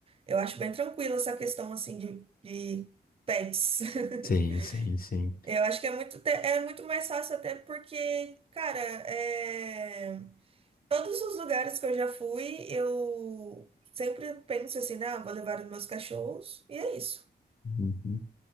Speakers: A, on the right; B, on the left.
A: eu acho bem tranquilo essa questão, assim, de, de pets. <laughs>
B: Sim, sim, sim. sim.
A: Eu acho que é muito, te- é muito mais fácil até porque, cara, é, todos os lugares que eu já fui, eu sempre penso assim, ah, vou levar os meus cachorros, e é isso.
B: Uhum.